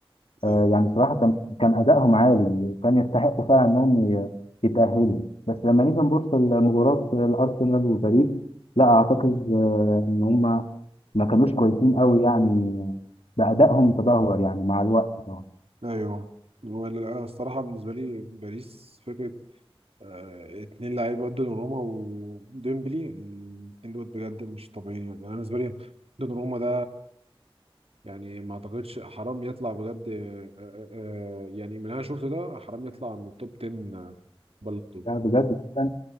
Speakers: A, on the left (about 85°); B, on the right (about 80°).
A: آه،
B: ايوه
A: يعني صراحة كان كان أدائهم عالي كان يستحقوا فعلا إنهم ي- يتأهلوا بس لما نيجي نبص لمباراة الأرسنال وباريس لا أعتقد آه، إن هم ما كانوش كويسين قوي يعني بأدائهم تدهور يعني مع الوقت طبعا
B: ايوه ولا لا، الصراحه بالنسبه لي باريس فكره آه اتنين لعيبه دوناروما وديمبلي الاتنين دول بجد مش طبيعيين يعني انا بالنسبه لي دوناروما ده يعني ما اعتقدش حرام يطلع بجد آه آه آه، يعني من اللي انا شفته ده حرام يطلع من توب 10 بلد
A: لا بجد فعلا